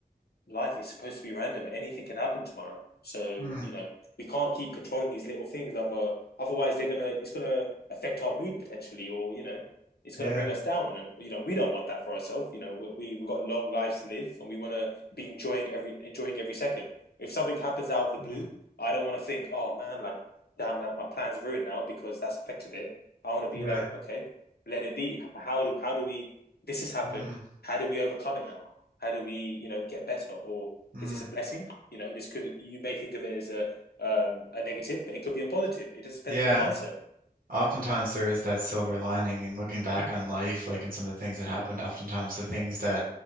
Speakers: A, on the left; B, on the right.
A: life is supposed to be random. Anything can happen tomorrow. So,
B: mm,
A: you know, we can't keep controlling these little things other otherwise they're gonna it's gonna affect our mood potentially or, you know, it's gonna
B: yeah
A: bring us down. And, you know, we don't want that for ourselves. You know, we we we got long lives to live and we wanna be enjoying every enjoying every second. If something happens out of the blue,
B: mm,
A: I don't wanna think, oh man, like damn like, my plan's ruined now because that's affected it. I wanna be
B: yeah
A: like, okay, let it be. How do how do we this has happened.
B: mm,
A: How do we overcome it now? How do we, you know, get better? Or
B: mm.
A: is this a blessing? You know, this could you may think of it as a um a negative, but it could be a positive. It just depends
B: yeah
A: on your mindset.
B: oftentimes there is that silver lining and looking back
A: hmm
B: on life like in some of the things that happened oftentimes the things that